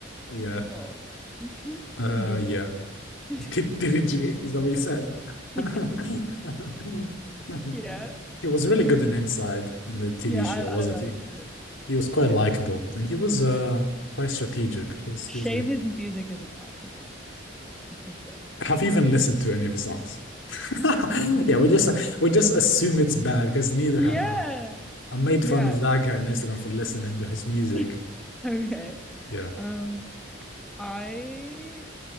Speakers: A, on the left; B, in the centre.
A: Yeah.
B: oh, <laughs>
A: Uh,
B: BD.
A: yeah. <laughs>
B: <laughs>
A: Did did it G? Is that what you said? <laughs>
B: Yeah, yeah,
A: He was really
B: But-
A: good in Inside in the TV
B: yeah. I,
A: show, wasn't
B: I like
A: he?
B: it.
A: He was quite
B: Yeah.
A: likable and he was uh quite strategic. He was he
B: Shame
A: was good.
B: his music isn't likable. <laughs>
A: Have you even listened to any of his songs? <laughs> Yeah, we just we just assume it's bad because neither
B: Yeah,
A: have I. I made
B: yeah.
A: fun of that guy on Instagram for listening to his music.
B: <laughs> Okay.
A: Yeah,
B: Um, I